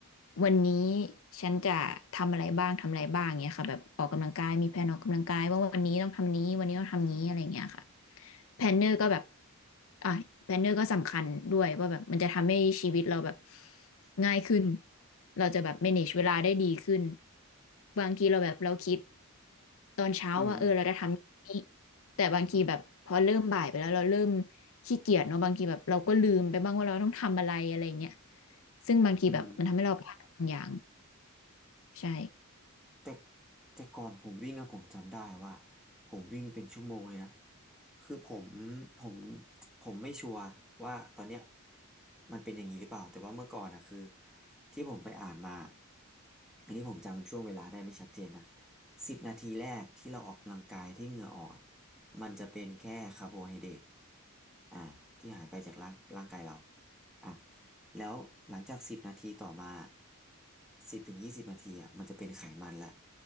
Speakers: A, on the left; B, in the centre.
A: วันนี้ฉันจะทำอะไรบ้างทำอะไรบ้างเงี้ยค่ะแบบออกกำลังกายมีแผนออกกำลังกายว่าวันนี้ต้องทำนี้วันนี้ต้องทำนี้อะไรเงี้ยค่ะแพลนเนอร์ก็แบบอ่ะแพลนเนอร์ก็สำคัญด้วยว่าแบบมันจะทำให้ชีวิตเราแบบง่ายขึ้นเราจะแบบ manage เวลาได้ดีขึ้นบางทีเราแบบเราคิดตอนเช้าว่าเออเราจะทำนี้
B: อืมอืม
A: แต่บางทีแบบพอเริ่มบ่ายไปแล้วเราเริ่มขี้เกียจเนาะบางทีแบบเราก็ลืมไปบ้างว่าเราต้องทำอะไรอะไรเงี้ย ซึ่งบางทีแบบมันทำให้เราพลาดบางอย่าง
B: อืม
A: ใช่
B: แต่แต่ก่อนผมวิ่งอะผมจำได้ว่าผมวิ่งเป็นชั่วโมงเลยนะคือผมผมผมไม่ชัวร์ว่าตอนเนี้ยมันเป็นอย่างนี้หรือเปล่าแต่ว่าเมื่อก่อนอะคือที่ผมไปอ่านมาอันนี้ผมจำช่วงเวลาได้ไม่ชัดเจนนะสิบนาทีแรกที่เราออกกำลังกายที่เหงื่อออกอะมันจะเป็นแค่คาร์โบไฮเดรตอ่าที่หายไปจากร่างร่างกายเราอ่ะ แล้วหลังจากสิบนาทีต่อมาสิบถึงยี่สิบนาทีอ่ะมันจะเป็นไขมันละ